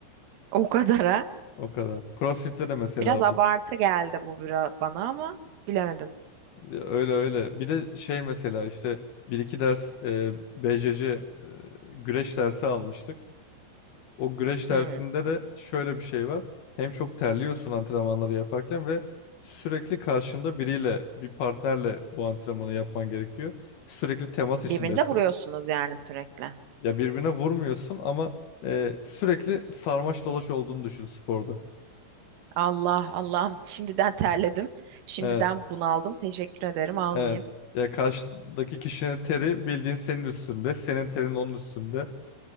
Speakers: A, on the right (about 80°); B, on the left (about 60°).
A: O kadara.
B: O kadar. CrossFit'te de mesela
A: Biraz abartı
B: bu.
A: geldi bu biraz bana ama bilemedim.
B: Ya Öyle öyle. Bir de şey mesela işte bir iki ders e, BCC e, güreş dersi almıştık. O güreş dersinde
A: Hmm.
B: de şöyle bir şey var. Hem çok terliyorsun antrenmanları yaparken ve sürekli karşında biriyle, bir partnerle bu antrenmanı yapman gerekiyor. Sürekli temas içindesin.
A: Birbirinize vuruyorsunuz yani sürekli.
B: Ya birbirine vurmuyorsun ama e, sürekli sarmaş dolaş olduğunu düşün sporda.
A: Allah Allah'ım şimdiden terledim. Şimdiden
B: Evet,
A: bunaldım. Teşekkür ederim almayayım.
B: evet.
A: <laughs>
B: Ya karşıdaki kişinin teri bildiğin senin üstünde, senin terin onun üstünde.